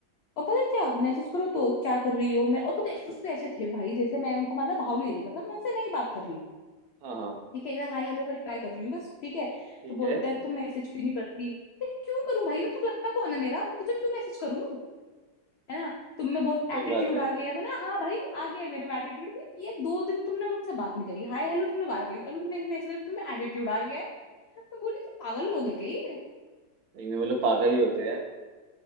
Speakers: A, on the left; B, on the right.
A: और पता है क्या मैसेज करो तो क्या कर रही हो मैं और पता है कुछ तो ऐसे थे भाई जैसे मैं उनको मतलब भाव नहीं दे रही मतलब मैं उनसे नहीं बात कर रही
B: हाँ हाँ
A: ठीक है जैसे हाय हेलो का रिप्लाई कर रही हूँ बस ठीक है
B: ठीक
A: तो बोलते
B: है
A: हैं तुम मैसेज क्यों नहीं करती तो क्यों करूं भाई मैं तुझे लगता कौन है मेरा मैं तुझे क्यों मैसेज करूं है ना तुम में बहुत
B: सही
A: एटीट्यूड
B: बात है
A: आ गया है मैं ना हाँ भाई आ गया है मेरे में एटीट्यूड भी ये दो दिन तुमने मुझसे बात नहीं करी हाय हेलो तुमने बात करी अभी तुमने मैसेज में तुम्हें एटीट्यूड आ गया है मैं बोली कि पागल लोग है क्या ये
B: सही में वो लोग पागल ही होते हैं